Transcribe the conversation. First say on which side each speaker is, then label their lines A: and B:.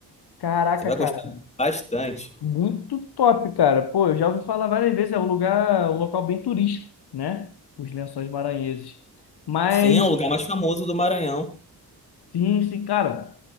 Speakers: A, on the left; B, on the left.
A: Caraca,
B: Você vai gostar
A: cara,
B: bastante.
A: muito top, cara. Pô, eu já ouvi falar várias vezes, é um lugar, um local bem turístico, né? Os Lençóis Maranhenses. Mas
B: Sim, é o lugar mais famoso do Maranhão.
A: Sim, sim, cara.